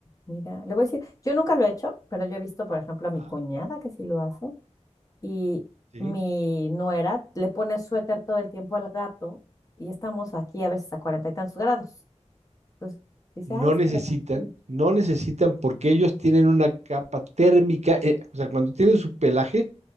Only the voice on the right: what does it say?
Ajá.
¿sí?
no
necesitan,
no necesitan porque ellos tienen una capa térmica, eh, o sea, cuando tienen su pelaje,